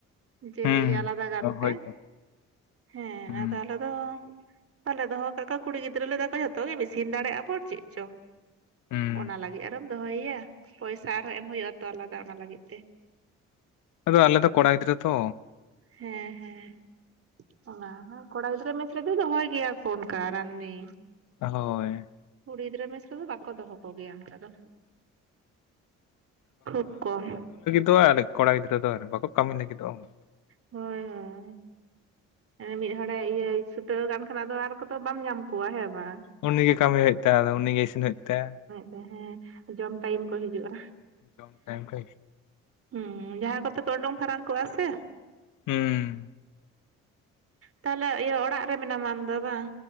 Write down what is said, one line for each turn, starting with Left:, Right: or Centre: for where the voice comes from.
Right: ᱡᱮ
Left: ᱦᱩᱸ
Right: ᱤᱭᱟ ᱟᱞᱟᱫᱟ ᱜᱟᱨᱛᱮ
Left: ᱚ ᱦᱳᱭᱛᱚ
Right: ᱦᱮᱸ
Left: ᱦᱩᱸ
Right: ᱟᱫᱚ ᱟᱞᱮᱫᱚ ᱵᱟᱞᱮ ᱫᱚᱦᱚ ᱠᱟᱜ ᱠᱚᱣᱟ ᱠᱩᱲᱤ ᱜᱤᱫᱽᱨᱟᱹ ᱞᱮᱫᱟ ᱠᱚ ᱡᱷᱚᱛᱚ ᱜᱮᱢ ᱤᱥᱤᱱ ᱫᱟᱲᱮ ᱟᱵᱚᱱ ᱪᱮᱫ ᱪᱚ
Left: ᱦᱩᱸ
Right: ᱚᱱᱟ ᱞᱟᱹᱜᱤᱫ ᱟᱨᱢ ᱫᱚᱦᱚᱭᱮᱭᱟ, ᱯᱚᱭᱥᱟ ᱟᱨᱦᱚᱸ ᱮᱢ ᱦᱩᱭᱩᱜᱼᱟᱛᱚ ᱟᱞᱟᱫᱟ ᱚᱱᱟ ᱞᱟᱹᱜᱤᱫ ᱛᱮ᱾
Left: ᱟᱫᱚ ᱟᱞᱮ ᱫᱚ ᱠᱚᱲᱟ ᱜᱤᱫᱨᱟᱹ ᱛᱚ,
Right: ᱦᱮᱸ ᱦᱮᱸ, ᱚᱱᱟ ᱦᱚᱸ ᱠᱚᱲᱟ ᱜᱤᱫᱽᱨᱟᱹ ᱢᱮᱥ ᱨᱮᱫᱚ, ᱫᱚᱦᱚᱭ ᱜᱮᱭᱟ ᱠᱚ ᱚᱱᱠᱟ ᱨᱟᱱᱱᱤ᱾
Left: ᱦᱳᱭ,
Right: ᱠᱩᱲᱤ ᱜᱤᱫᱨᱟᱹ ᱢᱮᱥ ᱨᱮᱫᱚ ᱵᱟᱠᱚ ᱫᱚᱦᱚ ᱠᱚᱜᱮᱭᱟ ᱚᱱᱠᱟ ᱫᱚ, ᱠᱷᱩᱵ ᱠᱚᱢ᱾
Left: ᱛᱚ ᱟᱨ ᱠᱚᱲᱟ ᱜᱤᱫᱽᱨ ᱫᱚ ᱟᱨ, ᱵᱟᱠᱚ ᱠᱟᱹᱢᱤ ᱞᱟᱹᱜᱤᱫᱚᱜᱼᱟ ᱩᱱᱟᱹᱜ᱾
Right: ᱦᱳᱭ ᱦᱳᱭ, ᱢᱤᱫ ᱦᱚᱲᱮ ᱤᱭᱟᱹᱭ ᱪᱷᱩᱴᱟᱹᱣ ᱠᱟᱱ ᱠᱷᱟᱱ, ᱟᱫᱚ ᱟᱨ ᱠᱚᱫᱚ ᱵᱟᱢ ᱧᱟᱢ ᱠᱚᱣᱟ ᱦᱮᱸ ᱵᱟᱝ
Left: ᱩᱱᱤᱜᱮ ᱠᱟᱹᱢᱤ ᱦᱩᱭᱩᱜ ᱛᱟᱭᱟ ᱟᱫᱚ ᱩᱱᱤᱜᱮ ᱤᱥᱤᱱ ᱦᱩᱭᱩᱜ ᱛᱟᱭᱟ
Right: ᱡᱟᱭ <inaudible> ᱦᱮᱸ ᱡᱚᱢ ᱴᱟᱭᱤᱢ ᱠᱚ ᱦᱤᱡᱩᱜ-ᱟ᱾
Left: ᱡᱚᱢ ᱴᱟᱭᱤᱢ ᱠᱷᱟᱭ
Right: ᱦᱩᱸ ᱡᱟᱦᱟᱸ ᱠᱚᱛᱮ ᱯᱮ ᱚᱰᱩᱝ ᱯᱷᱟᱨᱟᱠ ᱠᱚᱜᱼᱟ ᱥᱮ
Left: ᱦᱩᱸ᱾
Right: ᱛᱟᱦᱚᱞᱮ ᱤᱭᱟᱹ ᱚᱲᱟᱜ ᱨᱮ ᱢᱮᱱᱟᱢᱟ ᱟᱢ ᱫᱚ ᱵᱟᱝ?